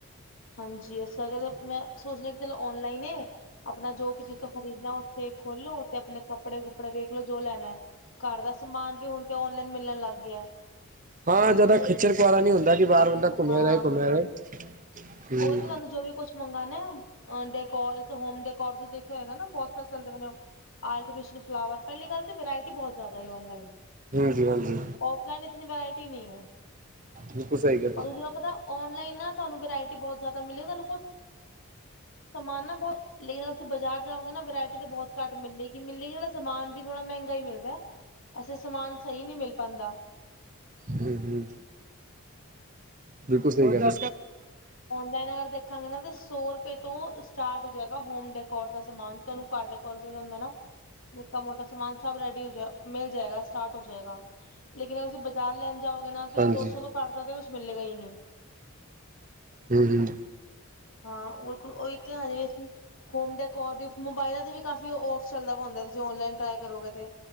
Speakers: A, on the left (about 65°); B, on the right (about 35°).
A: ਹਾਂਜੀ, ਇਸ ਕਰਕੇ ਮੈਂ ਸੋਚ ਲਿਆ ਕਿ ਚਲੋ, ਔਨਲਾਈਨ ਏ ਆਪਣਾ ਜੋ ਕੁਝ ਇਥੋਂ ਖਰੀਦਣਾ ਉੱਥੇ ਖੋਲੋ ਤੇ ਆਪਣੇ ਕੱਪੜੇ ਕਪੜੇ ਵੇਖ ਲਓ ਜੋ ਲੈਣਾ, ਘਾਰ ਦਾ ਸਮਾਨ ਵੀ ਹੁਣ ਤੇ ਔਨਲਾਈਨ ਮਿਲਣ ਲੱਗਿਆ।
B: ਹਾਂ ਜ਼ਿਆਦਾ ਖਿੱਚਰ-ਖੁਆਰਾ ਨੀ ਹੁੰਦਾ ਕਿ ਬਾਹਰ ਬੰਦਾ ਘੁੰਮਿਆ
A: ਹਾਂ
B: ਰਹੇ, ਘੁੰਮਿਆ ਰਹੇ। ਹਮ
A: ਉਹ ਤੇ ਤੁਹਾਨੂੰ ਜੋ ਵੀ ਕੁਝ ਮੰਗਾਣੇ, ਉਂਦੇ ਕੋਲ਼ ਹੋਮ ਦੇ ਔਰ ਤੁਸੀਂ ਦੇਖਿਆ ਹੋਇਗਾ ਨਾ, ਬਹੁਤ ਸਾਲ ਚੱਲਦੇ ਨੇ ਉਹ ਆਰਟੀਫਿਸ਼ਲ ਫਲਾਵਰ। ਪਹਿਲੀ ਗੱਲ ਤੇ ਵਰਾਇਟੀ ਬਹੁਤ ਜ਼ਾਦਾ ਏ ਔਨਲਾਈਨ।
B: ਹਾਂਜੀ ਹਾਂਜੀ
A: ਔਫਲਾਈਨ ਇਤਨੀ ਵਰਾਇਟੀ ਨੀ ਐ,
B: ਬਿਲਕੁਲ ਸਹੀ ਕਿਹਾ ਤੁਸੀਂ
A: ਔਰ ਉਹ ਜ ਪਤਾ ਔਨਲਾਈਨ ਨਾ ਤੁਹਾਨੂੰ ਵਰਾਇਟੀ ਬਹੁਤ ਜ਼ਿਆਦਾ ਮਿਲੀ, ਤੁਹਾਨੂੰ ਕੁਛ ਸਮਾਨ ਨਾ ਬਹੁਤ, ਲੇਕਿਨ ਅਸੀਂ ਬਾਜ਼ਾਰ ਜਾਵਾਂਗੇ ਨਾ, ਵਰਾਇਟੀ ਤੇ ਬਹੁਤ ਘੱਟ ਮਿਲੇਗੀ-ਮਿਲੇਲੀ ਮਤ ਸਮਾਨ ਵੀ ਥੋੜਾ ਮਹਿੰਗਾ ਈ ਮਿਲਦਾ, ਐਸੇ ਸਮਾਨ ਸਹੀ ਨੀ ਮਿਲ ਪਾਂਦਾ।
B: ਜੀ-ਜੀ, ਬਿਲਕੁਲ ਸਹੀ ਗੱਲ।
A: ਮੈ ਨਗਰ ਦੇ ਖਾਂਗੇ ਨਾ ਕੀ, ਸੌ ਰੁਪਏ ਤੋਂ ਇਸਟਾਟ ਹੋ ਜਾਏਗਾ ਹੋਮ ਡੈਕ ਘਾਰ ਦਾ ਸਮਾਨ, ਤੁਹਾਨੂੰ ਘਾਰ ਤਾ ਪਹੁੰਚ ਈ ਜਾਂਦਾ ਨਾ, ਨਿੱਕਾ ਮੋਟਾ ਸਮਾਨ ਸਭ ਰੈਡੀ ਹੋ ਜਾਏ, ਮਿਲ ਜਾਏਗਾ ਸਟਾਟ ਹੋ ਜਾਏਗਾ, ਲੇਕਿਨ ਅਸੀਂ ਬਾਜ਼ਾਰ ਲੈਣ ਜਾਓਗੇ ਨਾ ਤੇ
B: ਹਾਂਜੀ
A: ਦੋ ਸੋ ਤੋਂ ਘੱਟ ਤਾਂ ਕੁਛ ਮਿਲੇਗਾ ਈ ਨਹੀਂ।
B: ਹਮ ਹਮ
A: ਹਾਂ ਉ ਇਕ, ਉਹੀ ਤੇ ਹਲੇ ਅਸੀ‌‌ ਹੁਨ ਦੇਖੋ, ਇਸ ਮੋਬਾਈਲਾਂ ਤੇ ਵੀ ਕਾਫੀ ਔਫ ਚੱਲਦਾ ਹੁੰਦਾ, ਤੁਸੀਂ ਆਨਲਾਈਨ ਟਰਾਈ ਕਰੋਗੇ ਤੇ।